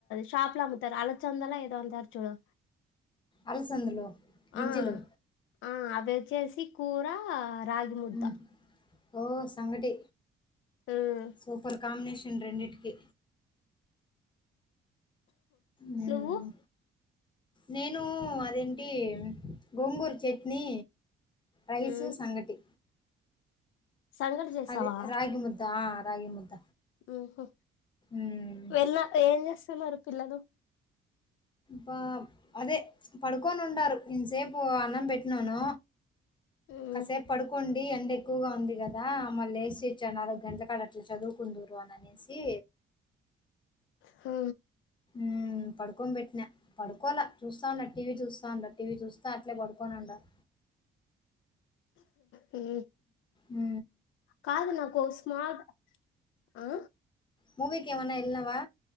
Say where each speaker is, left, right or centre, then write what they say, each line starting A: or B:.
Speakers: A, on the left; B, on the left.
A: షాప్లా అమ్ముతారు అలా చందలా ఏదో అంటారు చూడు
B: అలసందులు గింజలు
A: ఆ ఆ అవి వచ్చేసి కూర రాగి ముద్ద
B: మ్ ఓ సంగటి
A: ఉమ్
B: సూపర్ కాంబినేషన్ రెండిటికి మ్
A: నువ్వు
B: నేను అదేంటి గోంగూర చట్నీ రైసు
A: ఉమ్
B: సంగటి
A: సంగటి చేసావా
B: అదే రాగి ముద్దా రాగి ముద్ద
A: ఉహు
B: మ్
A: వెళ్ళిన ఏంచేస్తన్నారు పిల్లలు
B: వా అదే పడుకొని ఉండారు ఇంతసేపు అన్నం పెట్నాను.
A: ఉమ్
B: కాసేపు పడుకుండి ండి ఎండ ఎక్కువగా ఉంది. కదా మళ్ళీ లేసి ఇచ్చాను నాలుగు గంటల కాడ అట్లా చదువుకుందురు ఇవ్వననేసి
A: హూ
B: ఊ పడుకోన్ పెట్టినా పడుకోల చూస్తాన్నాడు టీవీ చూస్తా చూస్తాండాడు టీవీ చూస్త అట్లే పడుకోనుండాడు.
A: ఊ
B: ఊ
A: కాదు నాకో స్మాల్ ఆ
B: మూవికి ఏమన్నెల్నావా